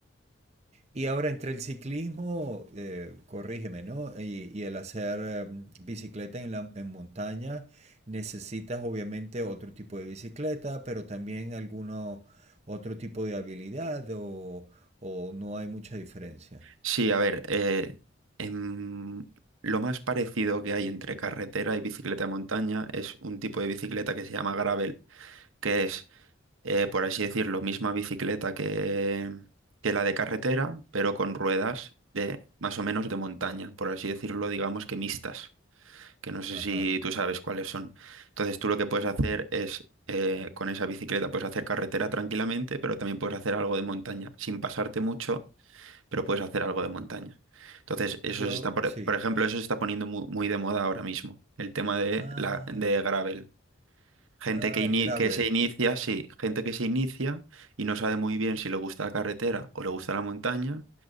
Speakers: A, on the right (about 35°); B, on the right (about 85°).
A: Y ahora entre el ciclismo, eh, corrígeme, ¿no? Y, y el hacer em, bicicleta en la, en montaña, necesitas obviamente otro tipo de bicicleta, pero también alguno otro tipo de habilidad o, o no hay mucha diferencia.
B: Sí, a ver, eh, em, lo más parecido que hay entre carretera y bicicleta de montaña es un tipo de bicicleta que se llama gravel, que es, eh, por así decirlo, misma bicicleta que, que la de carretera, pero con ruedas de más o menos de montaña, por así decirlo, digamos que mixtas, que no sé
A: Ajá.
B: si tú sabes cuáles son. Entonces tú lo que puedes hacer es, eh, con esa bicicleta puedes hacer carretera tranquilamente, pero también puedes hacer algo de montaña, sin pasarte mucho pero puedes hacer algo de montaña. Entonces, eso
A: Yo,
B: se está, por,
A: sí.
B: por ejemplo, eso se está poniendo mu- muy, de moda ahora mismo, el tema de
A: Ah,
B: la de gravel. Gente
A: ah,
B: que, ini-
A: el gravel.
B: que se inicia, sí, gente que se inicia y no sabe muy bien si le gusta la carretera o le gusta la montaña,